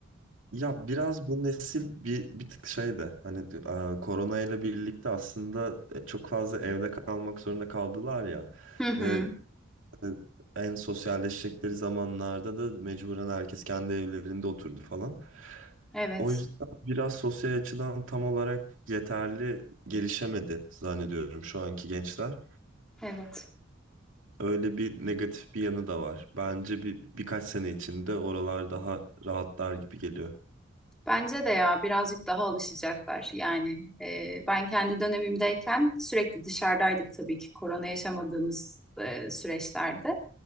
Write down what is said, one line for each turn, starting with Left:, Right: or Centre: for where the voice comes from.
Right: Ya biraz bu nesil bir, bir tık şey de hani e, korona ile birlikte aslında e, çok fazla evde kalmak zorunda kaldılar ya.
Centre: Hı hı.
Right: Ve e, en sosyalleşecekleri zamanlarda da mecburen herkes kendi evlerinde oturdu falan.
Centre: Evet,
Right: O yüzden biraz sosyal açıdan tam olarak yeterli gelişemedi zannediyorum şu anki gençler.
Centre: evet.
Right: Öyle bir negatif bir yanı da var. Bence bir birkaç sene içinde oralar daha rahatlar gibi geliyor.
Centre: Bence de ya birazcık daha alışacaklar. Yani e, ben kendi dönemimdeyken sürekli dışarıdaydık tabii ki korona yaşamadığımız e, süreçlerde.